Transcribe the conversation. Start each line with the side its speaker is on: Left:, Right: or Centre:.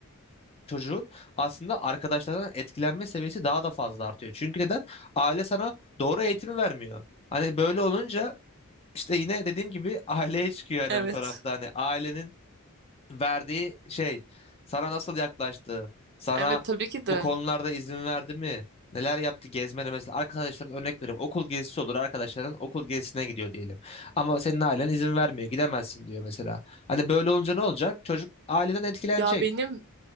Left: çocuğun aslında arkadaşlarından etkilenme seviyesi daha da fazla artıyor. Çünkü neden? Aile sana doğru eğitimi vermiyor. Hani böyle olunca işte yine dediğim gibi <laughs> aileye çıkıyor
Right: Evet.
Left: hani bu tarafta. Hani ailenin verdiği şey sana nasıl yaklaştı, sana
Right: Evet tabii ki de.
Left: bu konularda izin verdi mi? Neler yaptı gezmene mesela arkadaşların örnek verip okul gezisi olur arkadaşların okul gezisine gidiyor diyelim. Ama senin ailen izin vermiyor gidemezsin diyor mesela. Hani böyle olunca ne olacak? Çocuk aileden etkilenecek.
Right: Ya benim